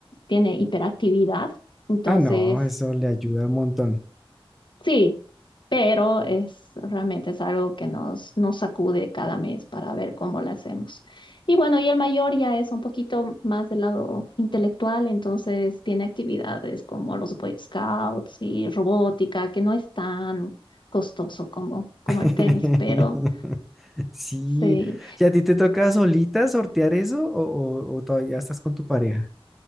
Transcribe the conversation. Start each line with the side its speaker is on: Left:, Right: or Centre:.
Left: tiene hiperactividad, entonces...
Centre: Ah, no, eso le ayuda un montón.
Left: Sí, pero es realmente es algo que nos, nos sacude cada mes para ver cómo lo hacemos. Y bueno, y el mayor ya es un poquito más del lado intelectual, entonces tiene actividades como los Boy Scouts y robótica, que no es tan costoso como, como
Centre: <laughs>
Left: el tenis, pero
Centre: Sí,
Left: sí.
Centre: ¿y a ti te toca solita sortear eso o, o- o todavía estás con tu pareja?